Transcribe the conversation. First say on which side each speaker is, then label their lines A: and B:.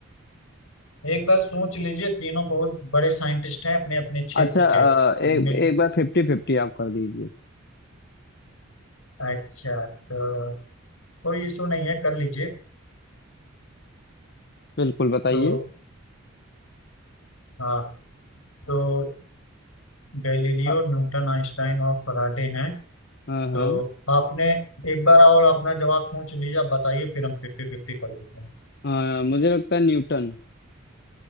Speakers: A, on the left (about 75°); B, on the left (about 50°).
A: एक बार सोच लीजिए तीनों बहुत बड़े साइंटिस्ट हैं अपने अपने क्षेत्र
B: अच्छा अ,
A: के
B: एक
A: मिल
B: एक बार फिफ्टी फिफ्टी आप कर दीजिए
A: अच्छा तो कोई इशू नहीं है कर लीजिए
B: बिल्कुल बताइए
A: तो हाँ तो गैलीलियो
B: अ,
A: न्यूटन आइंस्टाइन और फराडे हैं
B: हाँ
A: तो
B: हाँ
A: आपने एक बार और अपना जवाब सोच लीजिए आप बताइए फिर हम फिफ्टी फिफ्टी कर लेते हैं
B: हाँ, मुझे लगता है न्यूटन